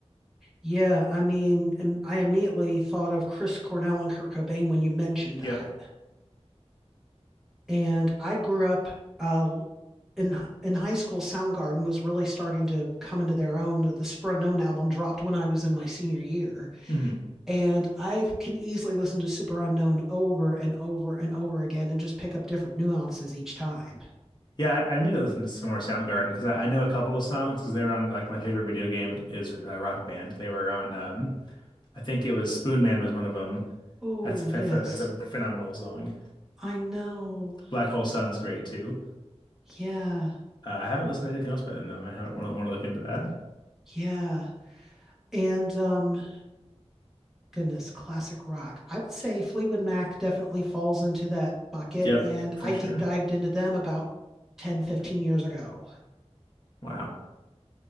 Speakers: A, in the centre; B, on the left (about 40°).
A: yeah. I mean, im- I immediately thought of Chris Cornell and Kurt Cobain when you mentioned
B: Yep.
A: that. And I grew up uh, in in high school. Soundgarden was really starting to come into their own. The Super Unknown album dropped when I was in my senior year,
B: hmm
A: and I can easily listen to Super Unknown over and over and over again and just pick up different nuances each time.
B: Yeah, I, I need to listen to some more Soundgarden because I, I know a couple of songs because they were on like my favorite video game is uh, Rock Band. They were on um I think it was Spoon Man was one of them.
A: Oh,
B: That's a ph-
A: yes.
B: ph- that's a phenomenal song.
A: I know.
B: Black Hole Sun's great too.
A: Yeah.
B: Uh, I haven't listened to anything else by them though. I might want to want to look into that.
A: Yeah. And um goodness, classic rock. I would say Fleetwood Mac definitely falls into that bucket
B: Yep,
A: and
B: for
A: I
B: sure.
A: deep dived into them about 10, 15 years ago.
B: Wow.